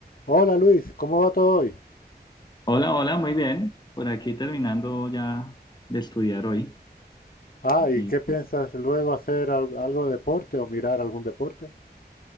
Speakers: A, on the left (about 55°); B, on the left (about 25°).
A: Hola Luis, ¿cómo va todo hoy?
B: Hola, hola, muy bien. Por aquí terminando ya de estudiar hoy.
A: Ah, ¿y
B: Y
A: qué piensas luego hacer al- algo de deporte o mirar algún deporte?